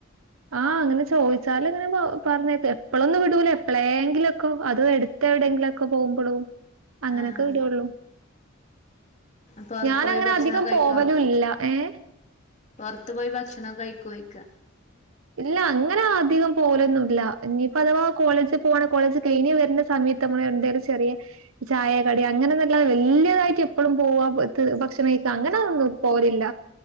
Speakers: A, on the right; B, on the left.
A: ആഹ് അങ്ങനെ ചോദിച്ചാല് ഇങ്ങനെ പ പറഞ്ഞേക്കും എപ്പളൊന്നും വിടൂല എപ്പളേങ്കിലും ക്കെ അതോ എടുത്ത് എവിടെയെങ്കിലു ഒക്കെ പോകുമ്പളും അങ്ങനക്കെ
B: ആഹ്
A: വിടൊള്ളു
B: പൊറത്തു
A: ഞാനങ്ങനെ
B: പോയ് ഭക്ഷണൊക്കെ
A: അധികം
B: കഴിക്കൊ
A: പോവലും ഇല്ല ഏഹ്
B: പുറത്ത് പോയി ഭക്ഷണോക്കൈക്കോയ്ക്കാ
A: ഇല്ല അങ്ങനാ അധികം പോവലൊന്നും ഇല്ല ഇനിയിപ്പോ അഥവാ കോളേജി പോവാണെ കോളേജ് കഴിഞ്ഞ് വരണ സമയത്ത് നമ്മൾ എന്തേലും ചെറിയ ചായ, കടി അങ്ങനെന്നല്ലാതെ വല്യതായിട്ട് എപ്പളും പോവാ ത് ഭക്ഷണംകഴിക്ക്യ അങ്ങനതൊന്നും പോകല്ലില്ല